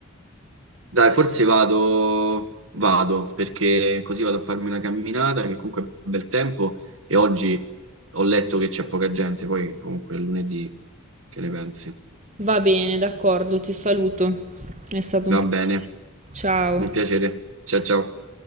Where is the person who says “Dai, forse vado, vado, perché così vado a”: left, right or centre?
Right